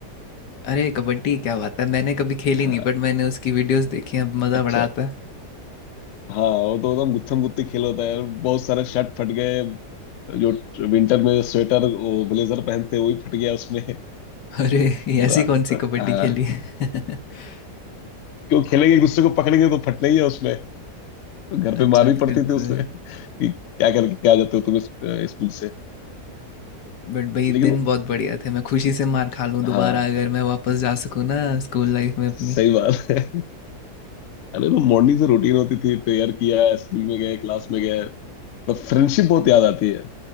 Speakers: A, on the left; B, on the left.
A: अरे कबड्डी क्या बात है मैंने कभी खेली
B: हाँ
A: नहीं बट मैंने उसकी वीडियोस देखी हैं अब मज़ा
B: अच्छा
A: बड़ा आता है
B: हाँ वो तो एकदम गुत्थम गुत्ती खेल होता है यार बहुत सारे शर्ट फट गए जो विंटर में स्वेटर वो ब्लेजर पहनते हैं, वो भी फट गया उसमें
A: <laughs> अरे ये
B: ब-
A: ऐसी कौन सी कबड्डी
B: हाँ
A: खेली <laughs>
B: क्यों खेलेंगे एक दूसरे को पकड़ेंगे तो फटना ही है उसमें तो घर पे
A: अच्छा
B: मार भी पड़ती
A: बिल्कुल
B: थी उससे <laughs> कि क्या करके आ जाते हो तुम इस- अ, स्कूल से
A: बट भाई
B: लेकिन
A: दिन बहुत बढ़िया थे मैं खुशी से मार खा लूँ
B: हाँ
A: दोबारा अगर मैं वापस जा सकूँ ना स्कूल लाइफ में अपनी
B: सही बात है <laughs> अरे तो मॉर्निंग से रूटीन होती थी प्रेयर किया स्कूल में गए क्लास में गए तो फ्रेंडशिप बहुत याद आती है